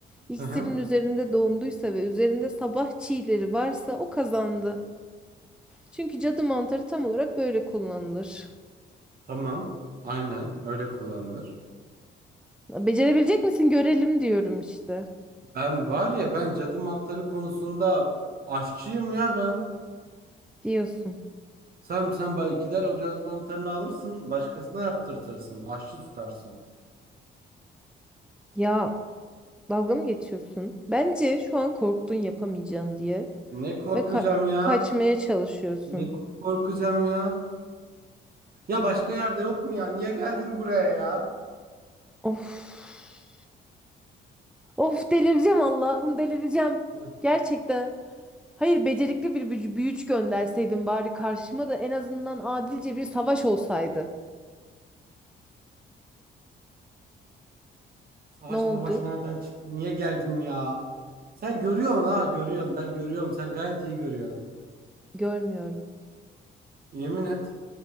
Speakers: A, in the centre; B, on the right (about 50°).
A: iksirin
B: Hı hı.
A: üzerinde donduysa ve üzerinde sabah çiğleri varsa o kazandı. Çünkü cadı mantarı tam olarak böyle kullanılır.
B: Tamam. Aynen öyle kullanılır.
A: Becerebilecek misin görelim diyorum işte.
B: Ben var ya ben cadı mantarı konusunda aşçıyım ya ben.
A: Diyorsun.
B: Sen sen bay gider o cadı mantarını alırsın, başkasına yaptırtırsın, aşçı tutarsın.
A: Ya dalga mı geçiyorsun? Bence şu an korktun yapamayacağın diye
B: Ne korkacağım
A: ve ka-
B: ya?
A: kaçmaya çalışıyorsun.
B: Ne korkacağım ya? Ya başka yerde yok mu ya? Niye geldin buraya ya?
A: Of. Of delireceğim Allah'ım delireceğim.
B: Hı.
A: Gerçekten. Hayır becerikli bir büyü- büyücü gönderseydin bari karşıma da en azından adilce bir savaş olsaydı.
B: Savaş
A: Ne oldu?
B: mavaş nereden çıktı? Niye geldin ya? Sen görüyorsun ha, görüyorsun. Ben görüyorum. Sen gayet iyi görüyorsun.
A: Görmüyorum.
B: Yemin et.